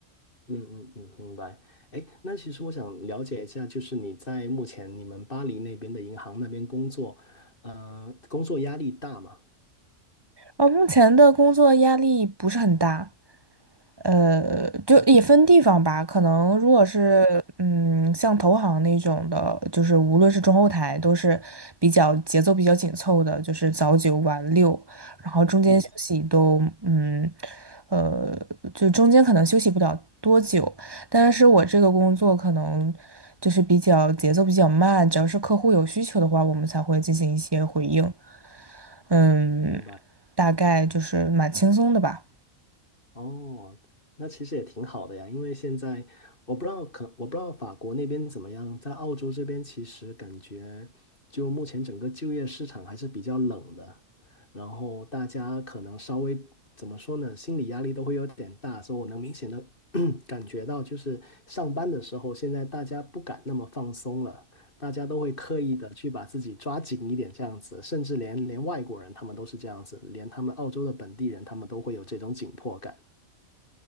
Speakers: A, on the left; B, on the right.
A: 嗯嗯嗯，明白。哎，那其实我想了解一下，就是你在目前你们巴黎那边的银行那边工作，呃，工作压力大吗？
B: 呃，目前的工作压力不是很大，呃，就也分地方吧。可能如果是嗯，像投行那种的，就是无论是中后台都是比较节奏比较紧凑的，就是早九晚六，然后中间休息都嗯，
A: 嗯，
B: 呃，就中间可能休息不了多久。但是我这个工作可能就是比较节奏比较慢，只要是客户有需求的话，我们才会进行一些回应。嗯，
A: 明白。
B: 大概就是蛮轻松的吧。
A: 哦，那其实也挺好的呀，因为现在我不知道可我不知道法国那边怎么样，在澳洲这边其实感觉就目前整个就业市场还是比较冷的，然后大家可能稍微怎么说呢，心理压力都会有点大，所以我能明显的 <clears throat> 感觉到，就是上班的时候，现在大家不敢那么放松了，大家都会刻意的去把自己抓紧一点这样子，甚至连连外国人他们都是这样子，连他们澳洲的本地人他们都会有这种紧迫感。